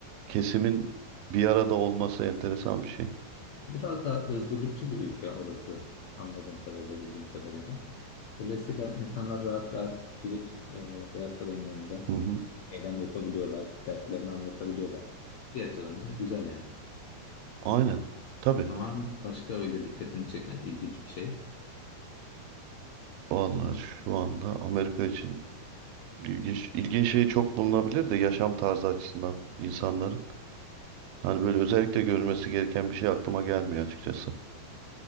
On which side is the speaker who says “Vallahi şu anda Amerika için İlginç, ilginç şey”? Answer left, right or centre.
Right